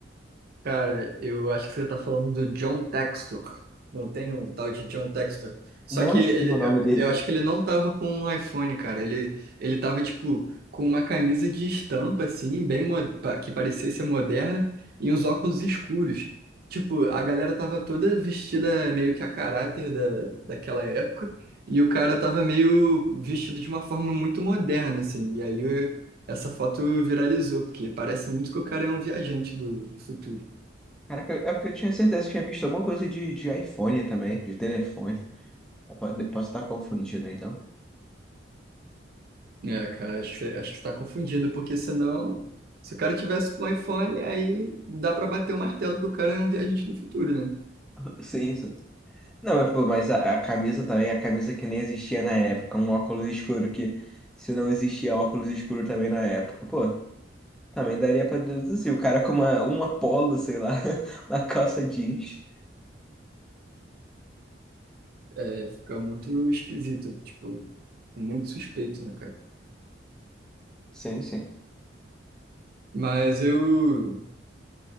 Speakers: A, on the right; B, in the centre.
A: Cara, eu acho que você tá falando do John Textor. Não tem um tal de John Textor. Só
B: Não
A: que ele,
B: sei o nome dele.
A: eu acho que ele não tava com um iPhone, cara. Ele, ele tava, tipo, com uma camisa de estampa, assim, bem, mo- pa- que parecia ser moderna, e uns óculos escuros. Tipo, a galera tava toda vestida meio que a caráter da, daquela época, e o cara tava meio vestido de uma forma muito moderna, assim. E aí essa foto viralizou, porque parece muito que o cara é um viajante do do futuro.
B: Cara, que eu- é porque eu tinha certeza que tinha visto alguma coisa de, de iPhone também, de telefone. Eu po- Posso estar confundido, né, então?
A: É, cara, acho que você, acho que você tá confundindo, porque senão, se o cara tivesse com um iPhone, aí dá pra bater o martelo que o cara é um viajante do futuro, né?
B: <laughs> Sim, sim. Não, mas, pô, mas a, a camisa também, a camisa que nem existia na época, um óculos escuro que, se não existia óculos escuro também na época, pô. Também daria pra deduzir. O cara com uma, uma polo, sei lá, <laughs> uma calça jeans.
A: É, é, fica muito esquisito, tipo, muito suspeito, né, cara?
B: Sim, sim.
A: Mas eu,